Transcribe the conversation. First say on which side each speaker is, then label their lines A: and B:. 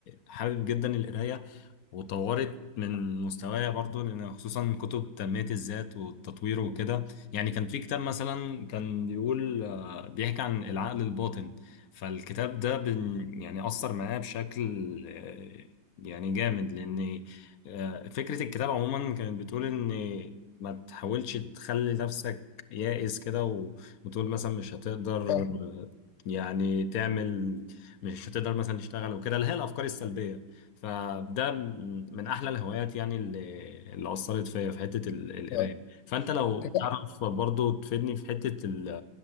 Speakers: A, on the left; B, on the left.
A: حابب جدا القرايه وطورت من مستوايا برضو لان خصوصا كتب تنميه الذات والتطوير وكده يعني كان في كتاب مثلا كان بيقول آه، بيحكي عن العقل الباطن فالكتاب ده بن- يعني اثر معايا بشكل آه، يعني جامد لان آه، فكره الكتاب عموما كانت بتقول ان ما تحاولش تخلي نفسك يائس كده وتقول مثلا مش هتقدر
B: فاهم
A: يعني تعمل مش هتقدر مثلا تشتغل وكده اللي هي الافكار السلبيه فده م- من احلى الهوايات يعني اللي اللي اثرت فيا في حته ال- القرايه
B: فاهم.
A: فانت لو
B: كتاب-
A: تعرف برضو تفيدني في حته ال